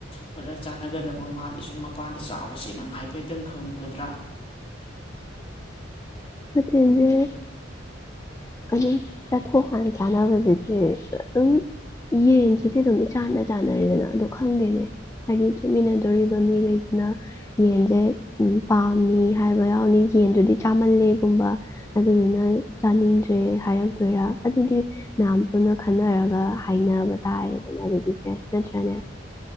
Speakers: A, on the left; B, on the left.
A: ꯈꯔ ꯆꯥꯟꯅꯒꯗꯕ ꯃꯥꯜꯂꯤ ꯁꯨꯝ ꯃꯄꯥꯟꯗ ꯆꯥꯕꯁꯦꯅ ꯉꯥꯏꯐꯦ ꯈꯤꯇꯪ ꯈꯪꯒꯗ꯭ꯔꯥ
B: ꯃꯆꯖ ꯑꯗꯨꯝ ꯆꯠꯊꯣꯛꯀꯥꯟꯅ ꯆꯥꯅꯕꯁꯤꯗꯤ ꯑꯗꯨꯝ ꯌꯦꯟꯁꯤꯗꯤ ꯑꯗꯨꯝ ꯏꯆꯥꯟꯅ ꯆꯥꯅꯔꯦꯗꯅ ꯑꯣ ꯈꯪꯗꯦꯅꯦ ꯍꯥꯏꯗꯤ ꯆꯠꯃꯤꯟꯅꯗꯣꯔꯤꯕ ꯃꯤꯈꯩꯗꯨꯅ ꯌꯦꯟꯁꯦ ꯄꯥꯝꯃꯤ ꯍꯥꯏꯕ ꯌꯥꯎꯅꯤ ꯌꯦꯟꯗꯨꯗꯤ ꯆꯥꯝꯃꯜꯂꯦꯒꯨꯝꯕ ꯑꯗꯨꯗꯨꯅ ꯆꯥꯅꯤꯡꯗ꯭ꯔꯦ ꯠꯇ꯭ꯔꯦ ꯍꯥꯏꯔꯛꯇꯣꯏꯔ ꯑꯗꯨꯒꯤ ꯃꯌꯥꯝ ꯄꯨꯟꯅ ꯈꯟꯅꯔꯒ ꯍꯥꯏꯅꯕ ꯇꯥꯏꯌꯦ ꯑꯗꯨꯝ ꯑꯗꯨꯒꯤꯁꯦ ꯅꯠꯇ꯭ꯔꯅꯦ